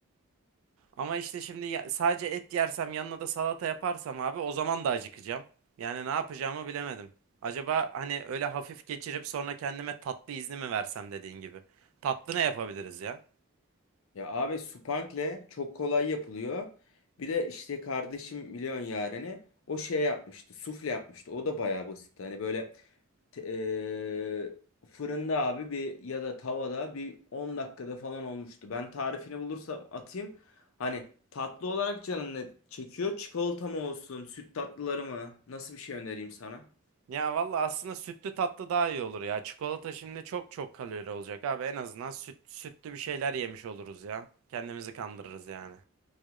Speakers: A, on the right; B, on the left.
A: Ama işte şimdi ya- sadece et yersem yanına da salata yaparsam abi o zaman da acıkacağım. Yani ne yapacağımı bilemedim. Acaba hani öyle hafif geçirip sonra kendime tatlı izni mi versem dediğin gibi. Tatlı ne yapabiliriz ya?
B: Ya abi supankle çok kolay yapılıyor. Bir de işte kardeşim milyon yareni o şey yapmıştı sufle yapmıştı o da bayağı basit Hani böyle te- eee, fırında abi bir ya da tavada bir 10 dakikada falan olmuştu. Ben tarifini bulursam atayım. Hani tatlı olarak canın ne çekiyor? Çikolata mı olsun süt tatlıları mı? Nasıl bir şey önereyim sana?
A: Ya valla aslında sütlü tatlı daha iyi olur ya. Çikolata şimdi çok çok kalori olacak abi. En azından süt, sütlü bir şeyler yemiş oluruz ya. Kendimizi kandırırız yani.